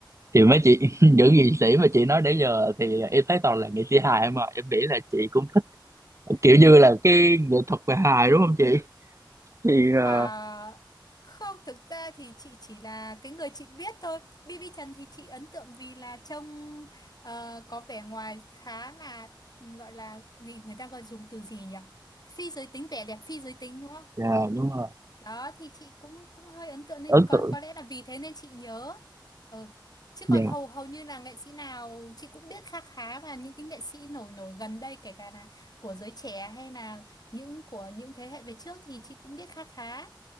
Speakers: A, on the right; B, on the left.
A: thì mấy chị <laughs> những nghệ sĩ mà chị nói đến giờ thì em thấy toàn là nghệ sĩ hài em mà em nghĩ là chị cũng thích
B: <laughs>
A: kiểu như là cái nghệ thuật về hài đúng không chị thì
B: À,
A: ờ,
B: không, thực ra thì chị chỉ là cái người chị biết thôi. BB Trần thì chị ấn tượng vì là trông ờ, có vẻ ngoài khá là ừ, gọi là gì người ta gọi dùng từ gì nhỉ? Phi giới tính vẻ đẹp phi giới tính đúng không?
A: dạ đúng rồi
B: đó thì chị cũng cũng hơi ấn tượng nên
A: ấn
B: có
A: tượng
B: có lẽ là vì thế nên chị nhớ ừ. chứ
A: dạ
B: còn hầu hầu như là nghệ sĩ nào chị cũng biết khá khá và những cái nghệ sĩ nổi nổi gần đây kể cả là của giới trẻ hay là những của những thế hệ về trước thì chị cũng biết khá khá